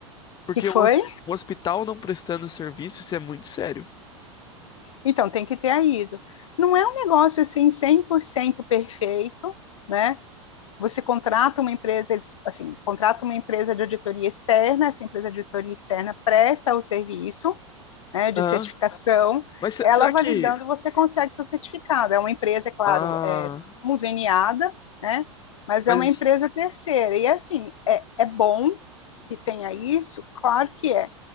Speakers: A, on the left; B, on the left.
A: Porque
B: que foi?
A: um hos- um hospital não prestando serviço, isso é muito sério.
B: Então, tem que ter a ISO. Não é um negócio assim 100% perfeito, né? Você contrata uma empresa, eles, assim, contrata uma empresa de auditoria externa, essa empresa de auditoria externa presta o serviço, né, de
A: Aham.
B: certificação,
A: Mas se-
B: ela
A: será
B: validando,
A: que
B: você consegue seu certificado. É uma empresa, é claro,
A: Ah,
B: é, conveniada, né, mas
A: mas
B: é uma empresa terceira. E, assim, é, é bom que tenha isso? Claro que é.